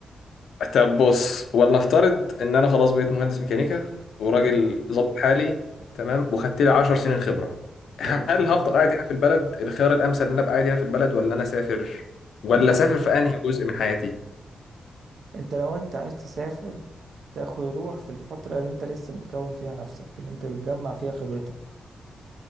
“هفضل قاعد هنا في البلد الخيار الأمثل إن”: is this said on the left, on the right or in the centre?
Left